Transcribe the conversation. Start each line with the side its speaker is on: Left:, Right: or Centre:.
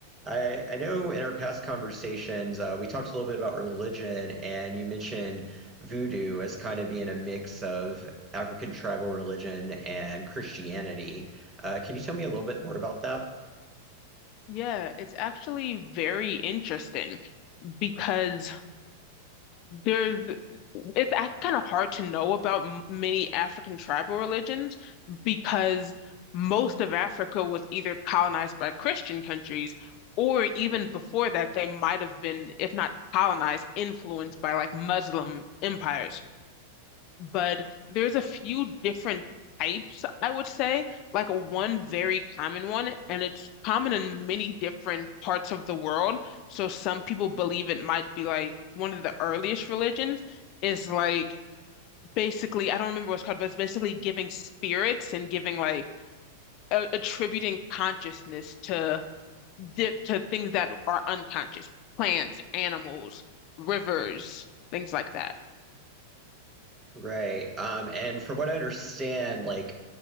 Right: I, I know in our past conversations, uh, we talked a little bit about religion, and you mentioned voodoo as kind of being a mix of African tribal religion and Christianity. Uh, can you tell me a little bit more about that?
Left: Yeah, it's actually very interesting because there's it's kind of hard to know about m- many African tribal religions because most of Africa was either colonized by Christian countries or even before that they might have been, if not colonized, influenced by like Muslim empires but there's a few different types, I would say. Like one very common one, and it's common in many different parts of the world. So some people believe it might be like one of the earliest religions is like basically, I don't remember what it's called, but it's basically giving spirits and giving like a attributing consciousness to di to things that are unconscious, plants, animals, rivers, things like that.
Right: Right. Um, and from what I understand, like